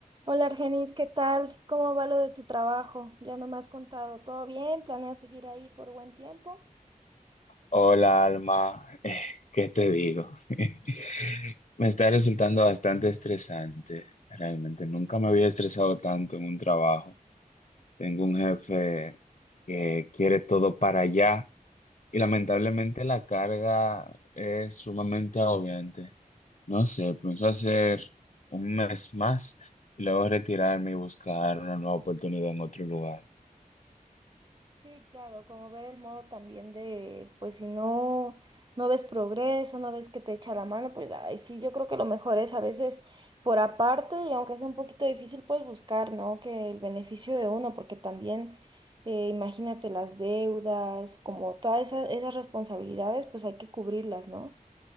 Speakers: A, on the right (about 30°); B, on the left (about 55°).
A: Hola Argenis, ¿qué tal? ¿Cómo va lo de tu trabajo? Ya no me has contado. ¿Todo bien? ¿Planeas seguir ahí por buen tiempo?
B: Hola, Alma. Eh, ¿Qué te digo? <laughs> Me está resultando bastante estresante. Realmente nunca me había estresado tanto en un trabajo. Tengo un jefe que quiere todo para allá y lamentablemente la carga es sumamente agobiante. No sé, pienso hacer un mes más y luego retirarme y buscar una nueva oportunidad en otro lugar.
A: Sí, claro, como ver el modo también de, pues si no, no ves progreso, no ves que te echa la mano, pues ay, sí, yo creo que lo mejor es a veces por aparte y aunque sea un poquito difícil, pues buscar, ¿no? Que el beneficio de uno, porque también, eh, imagínate las deudas, como todas esas, esas responsabilidades, pues hay que cubrirlas, ¿no?